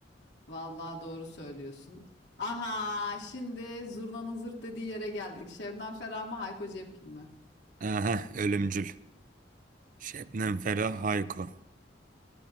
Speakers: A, on the left; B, on the right.
A: Vallahi doğru söylüyorsun. Aha, şimdi zurnanın zırt dediği yere geldik. Şebnem Ferah mı, Hayko Cepkin mi?
B: Aha ölümcül. Şebnem Ferah Hayko.